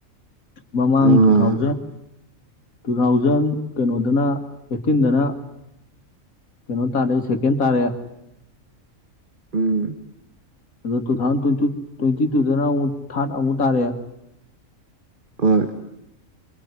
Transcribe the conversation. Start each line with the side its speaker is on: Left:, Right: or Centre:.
Left: ꯃꯃꯥꯡ
Right: ꯑꯥ
Left: ꯇꯨ ꯊꯥꯎꯖꯟ ꯇꯨ ꯊꯥꯎꯖꯟ ꯀꯩꯅꯣꯗꯅ ꯑꯦꯠꯇꯤꯟꯗꯅ ꯀꯩꯅꯣ ꯇꯥꯔꯦ ꯁꯦꯀꯦꯟ ꯇꯥꯔꯦ
Right: ꯎꯝ
Left: ꯑꯗꯣ ꯇꯨ ꯊꯥꯎꯖꯟ ꯇ꯭ꯋꯦꯟꯇꯤ ꯇ꯭ꯋꯦꯟꯇꯤ ꯇꯨꯗꯅ ꯑꯃꯨꯛ ꯊꯥꯔꯠ ꯑꯃꯨꯛ ꯇꯥꯔꯛꯦ
Right: ꯍꯣꯏ